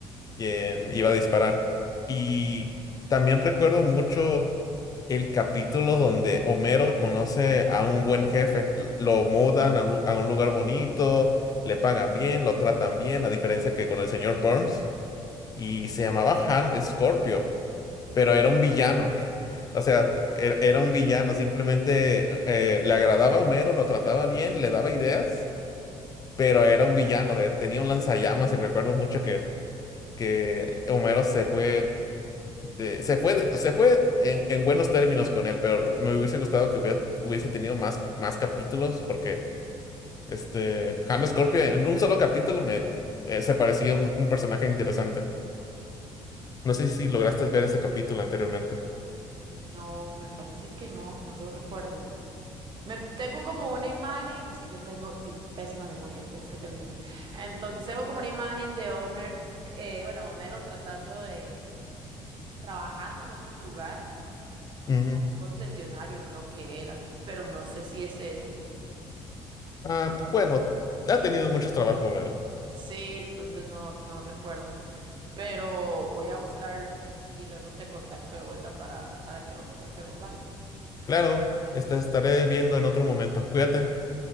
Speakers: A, on the left; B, on the right.
A: quien iba a disparar. Y también recuerdo mucho el capítulo donde Homero conoce a un buen jefe. L- Lo mudan a un, lu- a un lugar bonito, le pagan bien, lo tratan bien, a diferencia que con el señor Burns. Y se llamaba Han Scorpio, pero era un villano. <laughs> O sea, t- era, era un villano. Simplemente eh, eh, le agradaba a Homero, lo trataba bien, le daba ideas, pero era un villano. de- Tenía un lanzallamas y recuerdo mucho que, que Homero se fue de- se fue, de- se fue en, en buenos términos con él, pero me hubiese gustado que hubiera- hubiese tenido más, más capítulos, porque este James Scorpio en un solo capítulo me eh, se parecía un, un personaje interesante. No sé si lograste ver ese capítulo anteriormente.
B: No, me parece que no, no lo recuerdo. Me tengo como una imagen, es que yo tengo y- pésima memoria, pero es que terrible. Entonces tengo como una imagen de Homer, eh, bueno, Homero tratando de, trabajando en otro lugar,
A: Ujú.
B: como en un concesionario creo que era, pero no sé si es ese.
A: Ah,
B: la-
A: pues bueno, ha tenido muchos trabajos, Homero.
B: sí, entonces no, no recuerdo. pero voy a buscarlo y luego te contacto de vuelta para, para que lo conversemos, ¿vale?
A: Claro, esta estaré viendo en otro momento. Cuídate.